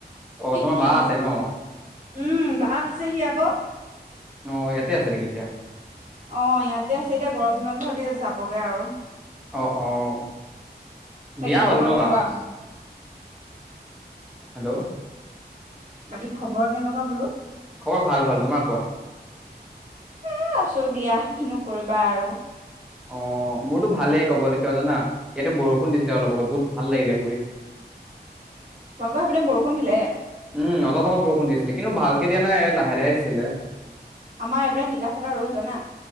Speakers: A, in the centre; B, on the right (about 45°).
A: অ তোমাৰ
B: কি
A: বা আছে ন
B: উম, বা আছেহি আকৌ।
A: অ ইয়াতে আছে নেকি এতিয়া
B: অহ, ইয়াতে আছে এতিয়া গৰম বন্ধ দিয়ে যাবগে আৰু।
A: অ', -অ', বিয়া
B: বাকি
A: হ'ল
B: খবৰ
A: ন
B: কেনেকুৱা?
A: বা হেল্ল',
B: বাকী খবৰ কেনেকুৱা বোলো?
A: খবৰ ভাল ভাল তোমাৰ কোৱা।
B: এ আছো দিয়া কিনো কৰিবা আৰু।
A: অ অ মোৰতো ভালেই কবলৈ কিয় জানা ইয়াতো বৰষুণ দিছিলে অলপত বহুত ভাল লাগিলে শুই। <inaudible>
B: তোমালোকৰ সেইপিনে বৰষুণ দিলে।
A: উম অলপ অলপ আগত বৰষুণ দিছিলে কিন্তু ভালকে দিয়া নাই লাহে লাহে দিছিলে।
B: আমাৰ এইপিনে টিকা ফটা ৰ'দ জানা